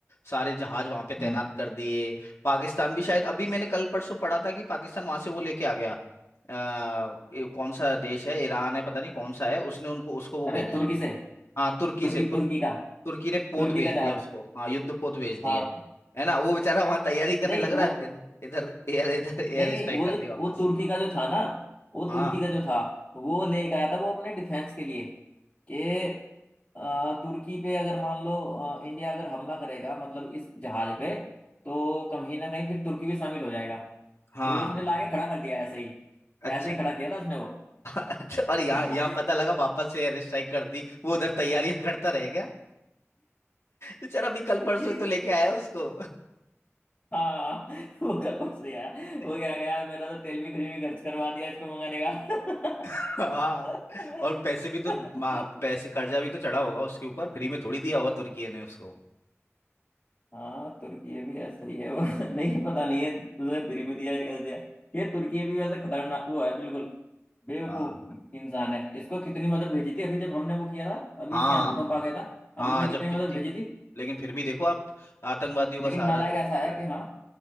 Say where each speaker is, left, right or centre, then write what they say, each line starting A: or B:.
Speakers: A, on the left; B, on the left.
A: सारे जहाज वहाँ पे तैनात
B: हम्म
A: कर दिए पाकिस्तान भी शायद अभी मैंने कल परसों पढ़ा था कि पाकिस्तान वहाँ से वो लेके आ गया आ, ये कौन सा देश है ईरान है पता नहीं कौन सा है उसने उनको उसको वो
B: अरे
A: भेजा
B: तुर्की
A: है
B: से
A: हाँ तुर्की
B: तुर्की
A: से तुर,
B: तुर्की का
A: तुर्की ने पोत
B: तुर्की
A: भेज
B: का
A: दिया
B: जहाज
A: उसको हाँ युद्ध पोत भेज दिया
B: हाँ
A: है ना वो बेचारा वहाँ तैयारी करने
B: नहीं
A: लग
B: वो
A: रहा है इधर इधर एयर इधर एयर
B: नहीं नहीं
A: स्ट्राइक
B: वो
A: कर
B: जो
A: दी वापस
B: वो तुर्की का जो था ना वो
A: हाँ
B: तुर्की का जो था वो लेके आया था वो अपने डिफेंस के लिए कि अ, तुर्की पे अगर मान लो अ, इंडिया अगर हमला करेगा मतलब इस जहाज पे तो कहीं ना कहीं फिर तुर्की भी शामिल हो जाएगा
A: हाँ
B: तो वो उसने लाके खड़ा कर दिया ऐसे ही ऐसे
A: अच्छा
B: ही खड़ा किया था उसने वो
A: <laughs> अच्छा, और यहाँ यहाँ
B: <laughs>
A: पता लगा वापस से एयर स्ट्राइक कर दी वो उधर तैयारियां करता रह गया बेचारा अभी कल
B: हाँ।
A: परसों ही तो लेके आया उसको
B: हाँ <laughs> वो कल परसों यार
A: <laughs>
B: वो क्या गया मैंने तो तेल भी खर्च भी खर्च करवा दिया इसको मंगाने का
A: हाँ
B: <laughs>
A: और पैसे भी तो मा- पैसे कर्जा भी तो चढ़ा होगा उसके ऊपर फ्री में थोड़ी दिया होगा तुर्की ने उसको
B: हाँ तुर्की भी ऐसा ही है वो <laughs> नहीं पता नहीं है तुझे फ्री में दिया या कैसे दिया ये तुर्की भी वैसे खतरनाक वो है बिल्कुल बेवकूफ
A: हाँ
B: इंसान है इसको कितनी मदद भेजी थी अभी जब हमने वो किया था अभी
A: हाँ
B: इसके यहाँ भूकंप आ गया था हमने
A: हाँ
B: कितनी
A: जब
B: मदद
A: कितनी
B: भेजी थी
A: लेकिन फिर भी देखो आप आतंकवादियों का
B: लेकिन
A: सहारा
B: नालायक
A: देते
B: ऐसा है
A: रहे
B: कि हाँ